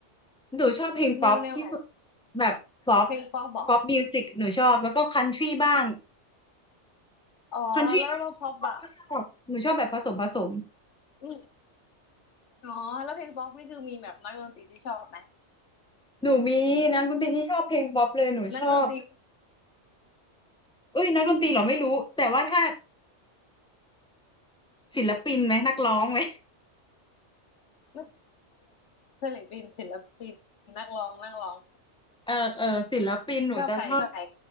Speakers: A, in the centre; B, on the left.
A: หนูชอบเพลงป๊อปที่สุด
B: แนวแนวไหน
A: แบบป๊อป
B: เพลงป๊อปบอก
A: ป๊อปมิวสิกหนูชอบแล้วก็คันทรีบ้าง
B: อ๋อแล้วเราป๊อปอ่ะ
A: คันทรีก็ชอบป๊อปก็ชอบหนูชอบแบบผสมผสม
B: อืมอ๋อแล้วเพลงป๊อปนี่คือมีแบบนักดนตรีที่ชอบไหม
A: หนูมีนักดนตรีที่ชอบเพลงป๊อปเลยหนูชอบ
B: นักดนตรี
A: เอ้ยนักดนตรีเหรอไม่รู้แต่ว่าถ้าศิลปินไหมนักร้องไหม
B: นักศิลปินศิลปินนักร้องนักร้อง
A: เออเออศิลปินหนูจะชอบ
B: ชอบใครชอบใคร